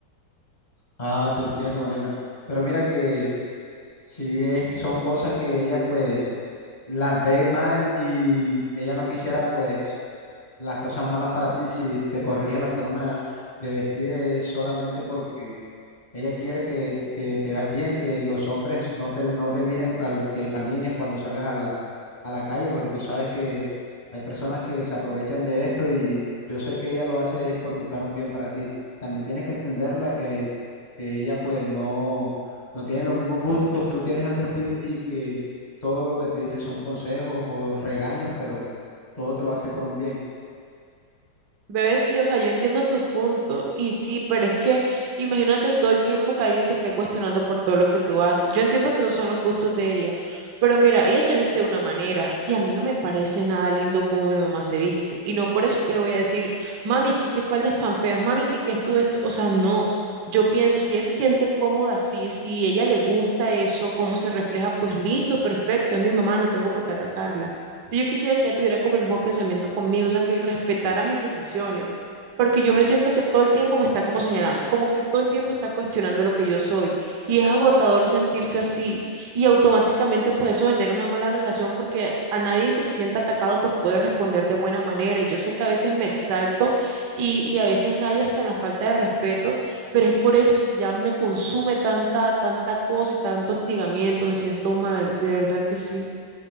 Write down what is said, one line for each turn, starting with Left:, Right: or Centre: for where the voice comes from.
Left: Ah, te entiendo, Malena. Pero mira que Sí, es- son cosas que ella pues las ve mal y ella no quisiera pues las cosas malas para ti si te corrige la forma de vestir es solamente porque ella quiere que, que te veas bien, que los hombres no te, no te miren al que camines cuando salgas a la, a la calle, porque tú sabes que hay personas que se aprovechan de esto y yo sé que ella lo hace es por buscar un bien para ti. También tienes que entenderla que, que ella pues no, no tiene los mismos gustos que tú tienes al vestir y que todo lo que te dice son consejos o regaños, pero todo te lo hace por un bien.
Right: Bebé, sí, o sea, yo entiendo tu punto. Y sí, pero es que imagínate todo el tiempo que alguien te esté cuestionando por todo lo que tú haces. Yo entiendo que esos son los gustos de ella. Pero mira, ella se viste de una manera y a mí no me parece nada lindo como mi mamá se viste. Y no por eso yo le voy a decir, mami, que qué faldas tan feas, mami, que qué esto de esto. O sea, no. Yo pienso, si ella se siente cómoda así, si ella le gusta eso, cómo se refleja, pues listo, perfecto, es mi mamá, no tengo por qué atacarla. Yo quisiera que ella tuviera como el mismo pensamiento conmigo, o sea, que respetara mis decisiones, porque yo me siento que todo el tiempo me está como señalando, como que todo el tiempo está cuestionando lo que yo soy, y es agotador sentirse así, y automáticamente pues eso genera una mala relación porque a nadie en que se sienta atacado pues puede responder de buena manera, y yo sé que a veces me exalto y, y a veces rayo hasta en la falta de respeto, pero es por eso, porque ya me consume tanta, tanta cosa y tanto hostigamiento, me siento mal, de verdad que sí.